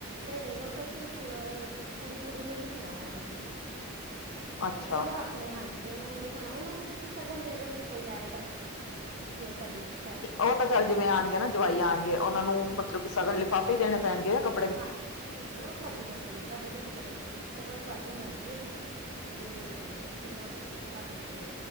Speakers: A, on the right; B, on the left.
A: ਨਈਂ-ਨਈਂ ਓ ਤਾਂ ਸਿਰਫ ਕੁ ਕੁੜੀ-ਕੁੜੀ ਨੂੰ ਈ ਖਵਾਨਾ ਤੁਸੀਂ।
B: ਅੱਛਾ
A: ਮਤਲਬ ਆਪਨੇ ਹਾਂਜੀ ਓਨਾਂ ਨੂੰ ਨੀ ਖਵਾਨਾ ਓਨਾਂ ਨੂੰ ਤੁਸੀਂ ਸਗਨ ਦੇ ਦੇਨਾ ਕੋਈ ਆਏ। ਜਾ ਜੋ ਤੁਆਡੀ ਇੱਛੈ।
B: ਓ ਤਾਂ ਚੱਲ ਜਿਵੇਂ ਆਨਗੇ ਨਾ ਜਵਾਈ ਆਨਗੇ ਓਨਾਂ ਨੂੰ ਮਤਲਬ ਕੇ ਸਗਨ ਲਿਫਾਫੇ ਈ ਦੇਣਨੇ ਪੈਨਗੇ ਜਾਂ ਕੱ
A: ਹਾਂ ਨਈਂ-ਨਈਂ ਓ ਤੁਆਡੀ ਮਰਜ਼ੀ ਐ ਤੁਹਾਡੇ ਤੇ ਡਿਪੈਂਡ ਐ, ਮਤਲਬ ਤੁਆਡੀ ਮਰਜ਼ੀ ਐ ਤੁਸੀਂ ਕੀ ਦੇ ਸਕਦੇ ਓ, ਕਿੰਨਾ ਕੁਛ ਕਰ ਸਕਦੇ ਓ।